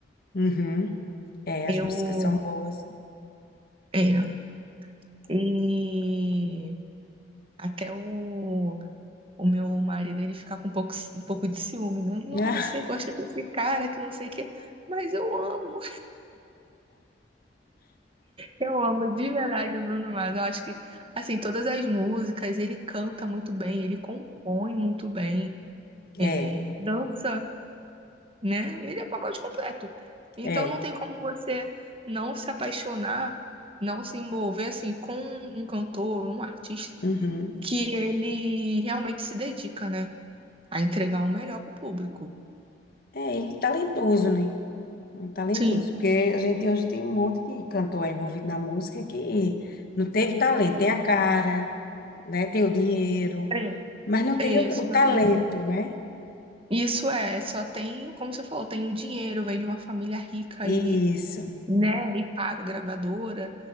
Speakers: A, on the left (about 55°); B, on the right (about 30°).
A: uhum. É,
B: Eu,
A: as músicas são boas. <laughs>
B: é, e até o, o meu marido, ele fica com um pouco, um pouco de ciúme, né? Ele,
A: Ah,
B: ah, você gosta desse cara que não sei o quê, mas eu amo. Eu amo de verdade o Bruno Mars. Eu acho que, assim, todas as músicas, ele canta muito bem, ele compõe muito bem,
A: é,
B: é, dança, né? Ele é pacote completo. Então
A: é.
B: não tem como você não se apaixonar, não se envolver, assim, com um cantor, um artista,
A: Uhum.
B: que ele realmente se dedica, né? A entregar o melhor pro público.
A: É, ele é talentoso, né? Ele Talentoso,
B: Sim,
A: porque a gente hoje tem um monte de cantor aí envolvido na música que não teve talento, tem a cara, né? Tem o dinheiro,
B: é,
A: mas não tem
B: é
A: o,
B: isso
A: o talento,
B: aí.
A: né?
B: Isso é, só tem, como você falou, tem o dinheiro, vem de uma família rica
A: Isso,
B: e né? E paga a gravadora,